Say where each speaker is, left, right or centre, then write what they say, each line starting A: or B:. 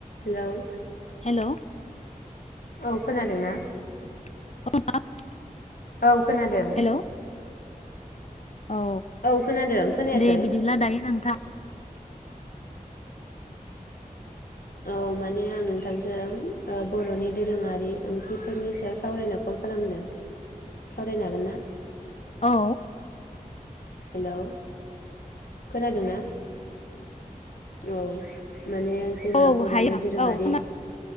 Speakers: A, on the left (about 85°); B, on the left (about 50°).
A: Hello
B: hello
A: औ खोनादोंना?
B: <unintelligible>
A: औ खोनादों।
B: हेलौ औ
A: औ खोनादों खोनायाखै
B: दे बिदिब्ला दायो नोंथां
A: औ माने आं नोंथांजों ओ बरनि दोरोङारि ओंख्रिफोरनि सायाव सावरायनो कल खालामदों सावरायनो हागोन ना?
B: औ
A: हेलौ खोनादों ना औ माने जोंहा
B: औ
A: बरनि
B: हायो
A: दोरोङारि
B: औ खोना